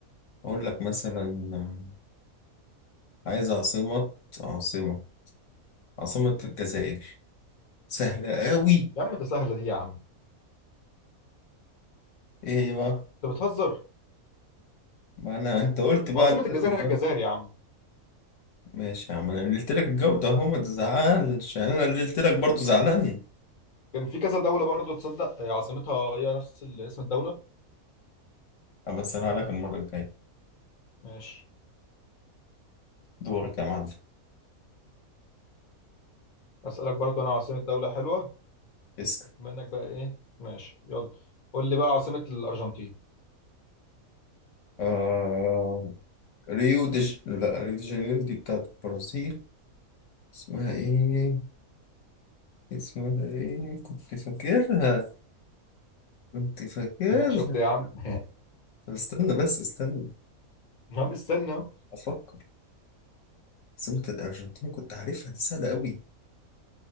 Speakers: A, on the left; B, on the left.
A: اقول لك مثلا آه، عايز عاصمه عاصمه عاصمه الجزائر سهله قوي
B: يا عم ده سهله دي يا عم
A: ايه هي بقى
B: انت بتهزر
A: ما انا انت قلت بقى
B: ما عاصمه
A: اقلل
B: الجزائر
A: لك الجو
B: هي الجزائر يا عم
A: ماشي يا عم انا قللت لك الجو ده اهو ما تزعلش يعني انا قللت لك برضه زعلان
B: كان في كذا دوله برضو تصدق آه، عاصمتها هي نفس ال- اسم الدوله
A: اما اسالها لك المره الجايه
B: ماشي
A: دورك يا معلم
B: اسالك برضو انا عاصمه دوله حلوه
A: اسأل
B: بما انك بقى ايه ماشي يلا قول لي بقى عاصمه الارجنتين
A: آه... ريو دي ج... لا ريو دي جانيرو دي بتاعت البرازيل اسمها ايه اسمها ايه كنت فاكرها كنت فاكرها
B: <laughs> ها شفت يا عم <laughs> ها
A: طب استنى بس استنى
B: عم استنى اهو
A: افكر عاصمة الارجنتين كنت عارفها دي سهلة قوي